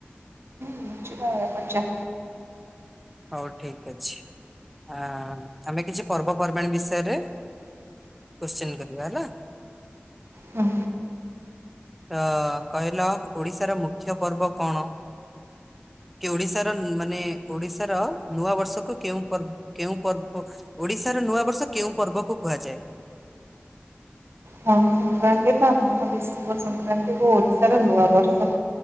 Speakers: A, on the right; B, in the centre.
A: ନିଶ୍ଚିନ୍ତ ପଚାର।
B: ହଉ ଠିକ ଅଛି ଆ ଆମେ କିଛି ପର୍ବପର୍ବାଣି ବିଷୟରେ କୋଶ୍ଚନ କରିବା ହେଲା।
A: ହୁଁ
B: ଅଁ କହିଲ ଓଡିଶାର ମୁଖ୍ୟ ପର୍ବ କଣ? କି ଓଡିଶାର ଇ ମାନେ ଓଡିଶାର ନୂଆ ବର୍ଷକୁ କେଉଁ ପର୍ବ କେଉଁ ପର୍ବ ପୋକ? ଓଡିଶାର ନୂଆ ବର୍ଷ କେଉଁ ପର୍ବକୁ କୁହାଯାଏ?
A: ଧନୁ ସଂକ୍ରାନ୍ତି ବା ମହାବିଶ୍ୱବ ସଂକ୍ରାନ୍ତିକୁ ଓଡ଼ିଶାର ନୂଆବର୍ଷ।